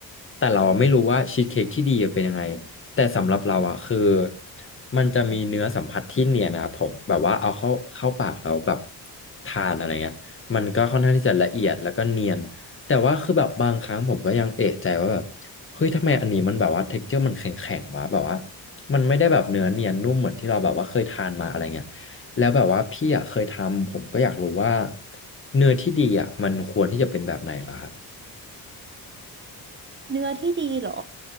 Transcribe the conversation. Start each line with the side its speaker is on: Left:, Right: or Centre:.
Left: แต่เราไม่รู้ว่าชีสเค้กที่ดีเป็นยังไงแต่สำหรับเราอ่ะคือมันจะมีเนื้อสัมผัสที่เนียนนะครับผมแบบว่าเอาเข้าเข้าปากเราแบบทานอะไรเงี้ยมันก็ค่อนข้างที่จะละเอียดแล้วก็เนียนแต่ว่าคือแบบบางครั้งผมก็ยังเอะใจว่าแบบเฮ้ยทำไมอันนี้มันแบบว่าเท็กเจอร์มันแข็งๆวะแบบว่า มันไม่ได้แบบเนื้อเนียนนุ่มเหมือนที่เราแบบว่าเคยทานมาอะไรเงี้ยแล้วแบบว่าพี่อ่ะเคยทำผมก็อยากรู้ว่าเนื้อที่ดีอ่ะมันควรที่จะเป็นแบบไหนเหรอครับ
Right: เนื้อที่ดีเหรอ